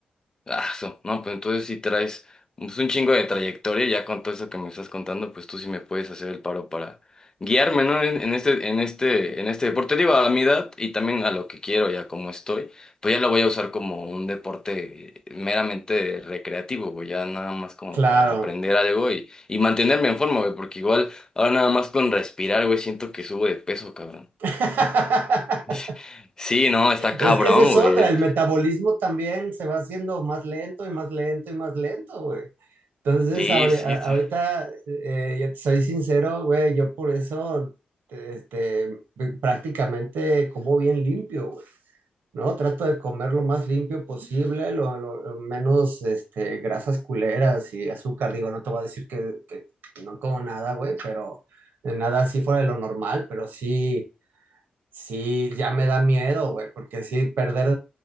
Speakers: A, on the left; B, on the right.
A: Ah, so, no, pues entonces sí traes pues, un chingo de trayectoria, ya con todo eso que me estás contando, pues tú sí me puedes hacer el paro para guiarme, ¿no? En, en este, en este, en este deporte, digo, a mi edad y también a lo que quiero y a cómo estoy, pues ya lo voy a usar como un deporte meramente recreativo, güey, ya nada más como
B: Claro.
A: para aprender algo y, y mantenerme en forma, güey, porque igual ahora nada más con respirar, güey, siento que subo de peso, cabrón.
B: <laughs>
A: <laughs> Sí, no, está cabrón,
B: Es que esa es
A: güey.
B: otra, el metabolismo también se va haciendo más lento y más lento y más lento, güey. Entonces,
A: Sí,
B: ahori-
A: sí.
B: a- ahorita,
A: sí.
B: eh, yo te soy sincero, güey, yo por eso, este, prácticamente como bien limpio, güey, ¿no? Trato de comer lo más limpio posible, lo, lo- lo menos, este, grasas culeras y azúcar. Digo, no te voy a decir que, que no como nada, güey, pero nada así fuera de lo normal, pero sí, sí, ya me da miedo, güey, porque sí, perder